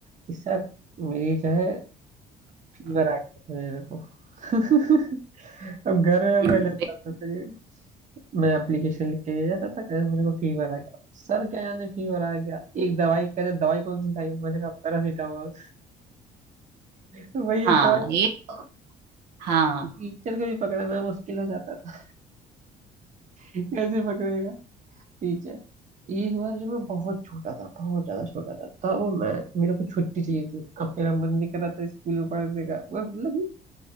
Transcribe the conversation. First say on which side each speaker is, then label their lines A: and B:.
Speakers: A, on the right; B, on the right.
A: कि सर मेरी जो है फीवर आ गया था मेरे को <laughs> अब घर में
B: हम्म,
A: मैं लेता था तो ये- मैं एप्लीकेशन लिख के ले जाता था कहते मेरे को फीवर आ गया सर क्या जाने फीवर आ गया एक दवाई कहते दवाई कौन सी खाई मैंने कहा पैरासीटामोल <laughs> वही
B: हाँ
A: एक दवाई
B: ये तो, हाँ
A: टीचर को भी पकड़ना मुश्किल हो जाता था कैसे पकड़ेगा ठीक है एक बार जब मैं बहुत छोटा था बहुत ज्यादा छोटा था तब मैं मेरे को छुट्टी चाहिए थी अब मेरा मन नहीं कर रहा था स्कूल में पढ़ने का मैं मतलब कि